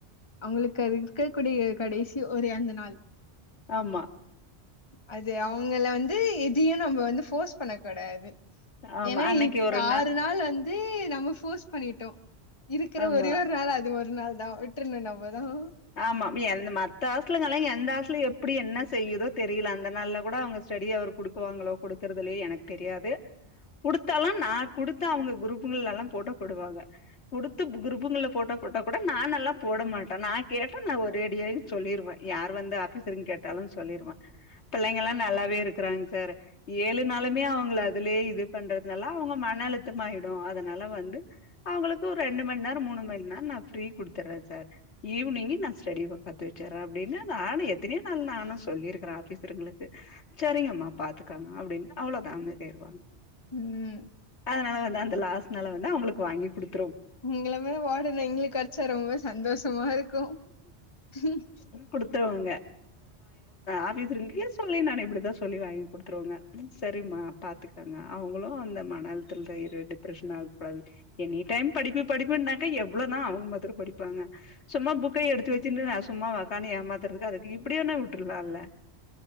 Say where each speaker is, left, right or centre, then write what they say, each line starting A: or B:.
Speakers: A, on the left (about 25°); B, on the left (about 85°).
A: அவங்களுக்கு அது இருக்கக்கூடிய கடைசி ஒரே அந்த நாள்
B: ஆமா
A: அது அவங்க வந்து எதையும் நம்ம வந்து போர்ஸ் பண்ணக்கூடாது
B: ஆமா
A: ஏன்னா
B: அன்னைக்கு ஒரு
A: ஆறு நாள் அஞ்ச நம்ம போர்ஸ் பண்ணிட்டோம் இருக்கிற
B: ஆமா
A: ஒரே ஒரு நாள் அது ஒரு நாள் தான் விற்றனும் நம்பதான்
B: ஆமா மத்த ஹாஸ்டலுங்கலாம் எந்த ஹாஸ்டலும் எப்படி என்ன செய்தோ தெரியலை அந்த நாள்ல கூட அவங்க ஸ்டடி அவர் கொடுக்குவான்களோ கொடுக்கிறது இல்லையோ எனக்கு தெரியாது கொடுத்தாலும் நான் கொடுத்த அவங்க குரூப்புகள் எல்லாம் போட்ட போடுவாங்க கொடுத்து குருபுங்க போட்டோ போட்டா கூட நான் எல்லாம் போட மாட்டேன் நான் கேட்ட நான் ஒரேடியையும் சொல்லிருவேன் யார் வந்து ஆபீஸ் ரூம் கேட்டாலும் சொல்லிருவேன் பிள்ளைங்க எல்லாம் நல்லாவே இருக்கறாங்க சார் ஏழு நாளுமே அவங்க அதுலயே இது பண்றதுனால அவங்க மன அழுத்தமாயிடும் அதனால வந்து அவங்களுக்கு ஒரு ரெண்டு மணி நேரம் மூணுமணி நேரம் நான் ப்ரீ குடுத்துடுறேன் சார் ஈவினிங்க் நான் ஸ்டடி பாத்து வச்சேன் அப்படின்னா நானும் எத்தனையோ நாள் நானும்ல்லிருக்கறேன் ஆபீஸருங்களுக்கு சரிங்கம்மா பாத்துக்காங்க அப்பிடின்னு அவ்ளோ தா அமைதியா ஆயிருவாங்க
A: ம்
B: அதனால வந்து அந்த லாஸ்டனால வந்து அவுங்களுக்கு வாங்கி குடுத்
A: உங்கமே ஓடன எங்களுக்கு அடிச்சா ரொம்ப சந்தோஷமா இருக்கு ம்
B: குடுத்துருவுங்க ஆபீஸ் இருங்கயே சொல்லி நா இப்படிதா சொல்லி வாங்கி குடுத்துருவோங்க சரிம்மா பாத்துக்காங்க அவுங்களு அந்த மன அலுத்துல த டிப்ரெஷன் ஆக கூடாது எனி டைம் படிப்பு படிப்புனாக்கா எவ்ளோவுதா அவுங்க மாத்திர படிப்பாங்க சும்மா புக்க எடுத்து வச்சிட்டு நா சும்மா உக்கானு ஏமாத்துறதுக்கு அதுக்கு இப்பிடியேன்னே விட்டுருலால